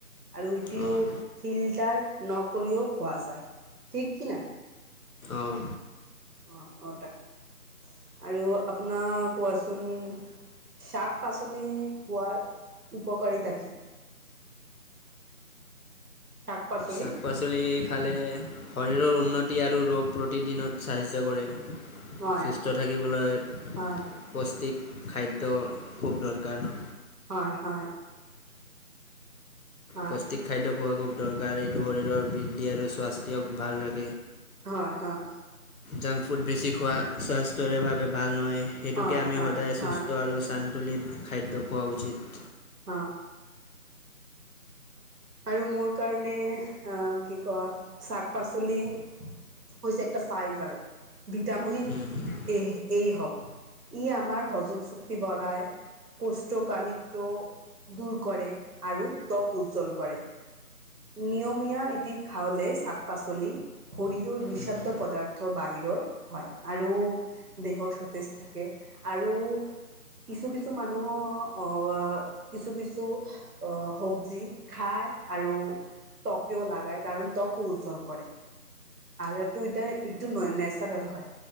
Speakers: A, on the right; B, on the left.
A: আৰু ইটোও
B: অঁ
A: ফিল্টাৰ নকৰিও খোৱা যায়, ঠিক কি না!
B: অঁ
A: অঁ, অঁ, তাকে, আৰু আপোনাৰ কোৱাচোন শাক-পাচলি খোৱাৰ উপকাৰিতা কি? শাক-পাচলি!
B: শাক পাচলি খালে শৰীৰৰ উন্নতি আৰু ৰোগ প্ৰতিদিনত সাহাৰ্য্য কৰে।
A: হয়
B: সুস্থ থাকিবলৈ
A: হয়
B: পুষ্টিক খাদ্য খুব দৰকাৰ ন!
A: হয়, হয়। হয়।
B: পৌষ্টিক খাদ্য খোৱা খুব দৰকাৰ এইটো শৰীৰৰ বৃদ্ধি আৰু স্বাস্থ্যক ভাল ৰাখ
A: হয়-হয়
B: জাংক ফুড বেছি খোৱা স্বাস্থ্যৰেভাৱে ভাল নহয়। সেইটোকে
A: হয়
B: আমি
A: হয়
B: সদায়
A: হয়
B: সুস্থ আৰু চান্তুলিত খাদ্য খোৱা উচিত।
A: অ, আৰু মোৰ কাৰণে আ কি কয় চাক-পাচলি হৈছে একটা ফাইবাৰ ভিটামিন
B: উচিত
A: এহ এ' হওক। ই আমাৰ হজম চক্তি বৰাই। কুষ্ঠ কাণিতক দূৰ কৰে আৰু ত্বক উজ্জ্বল কৰে। নিয়মীয়া এটি খাওঁলে চাক-পাচলি শৰীৰৰ বিষাদ্য
B: উম, উম,
A: পদাৰ্থ বাহিৰৰ হয় আৰু দেহো চতেজ থাকে আৰু কিছু কিছু মানুহৰ অ কিছু কিছু অ হবজি খায় আৰু ট্বকেও লাগায় কাৰণ ত্কো উজ্জ্বল কৰে। আৰু এইটো এতিয়া ইটো নেচাৰেল হয়